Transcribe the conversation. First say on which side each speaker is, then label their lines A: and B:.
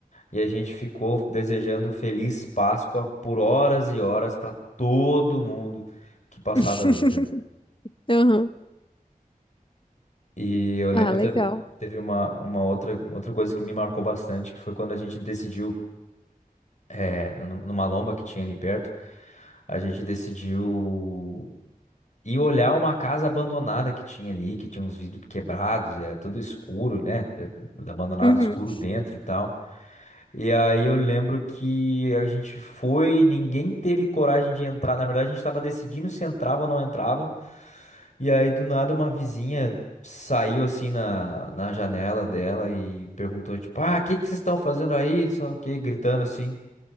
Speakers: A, on the left; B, on the left.
A: e a gente ficou desejando Feliz Páscoa por horas e horas para todo mundo que passava
B: <laughs>
A: ali, sabe?
B: Uhum.
A: E eu lembro
B: Ah, legal.
A: também. Teve uma, uma outra, outra coisa que me marcou bastante, que foi quando a gente decidiu é, nu- numa lomba que tinha ali perto, a gente decidiu ir olhar uma casa abandonada que tinha ali, que tinha uns vidros quebrados, era tudo escuro, né? era tudo Abandonado,
B: Uhum.
A: escuro dentro e tal. E aí eu lembro que a gente foi, ninguém teve coragem de entrar. Na verdade, a gente estava decidindo se entrava ou não entrava. E aí do nada uma vizinha saiu assim na, na janela dela e perguntou, tipo, ah, o que que vocês estão fazendo aí? Sei lá o quê, gritando assim.